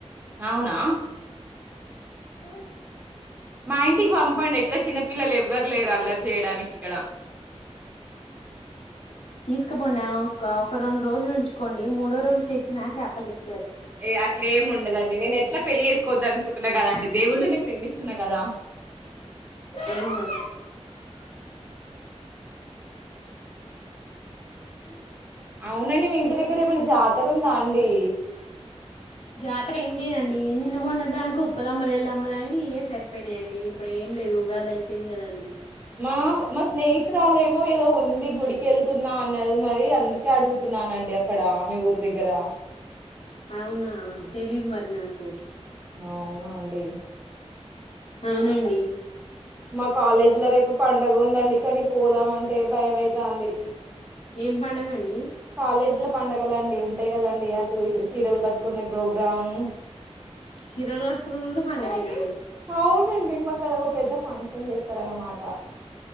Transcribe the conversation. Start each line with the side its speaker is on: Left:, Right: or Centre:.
Right: అవునా
Left: <inaudible>
Right: మా ఇంటికి పంపండి ఎట్లా చిన్నపిల్లలు ఎవ్వరు లేరు అల్లరి చేయడానికి ఇక్కడ
Left: ఇకపోండి నా ఒక రెండు రోజులు ఉంచుకోండి మూడో రోజు తెచ్చి నాకే అప్పజెప్
Right: ఏ అట్లేం ఉండదండి నేను ఎట్లా పెళ్లి చేసుకోవద్దు అనుకుంటున్నా కదాండి దేవుళ్ళనే ప్రేమిస్తున్నా కదా
Left: అవునా <inaudible>
Right: అవునండి మీ ఇంటి దగ్గర ఏమన్నా జాతర ఉందా అండీ
Left: జాతర ఏం లేదండి నిన్నమొన్న దాంకా ఉప్పలమ్మలు ఎల్లమ్మలు అని ఇవే సరిపోయినాయండి ఇప్పుడు ఏం లేదు ఉగాదై పొయింది కదండీ
Right: మా మా స్నేహితురాలేమో ఏదో ఉంది గుడికెళ్తున్నా అన్నది మరి అందు కే అడుగుతున్నానండి అక్కడ మీ ఊరు దగ్గర
Left: అవునా తెలీదు మరి నాకు
Right: అవునా అండి
Left: అవునండి
Right: మా కాలేజి లో రేపు పండుగ ఉందండి కానీ పోదామంటే భయమైతాంది
Left: ఏం పండగ అండి
Right: కాలేజ్ లో పండగలు అండి ఉంటాయి కదండి అటు ఇటు తీరలు కట్టుకునే ప్రోగ్రాము.
Left: చీరలు కట్టుకునుడు కూడా పండగేనాండీ <inaudible>
Right: అవునండి మాకది ఒక పెద్ద ఫంక్షన్ చేస్తారన్నమాట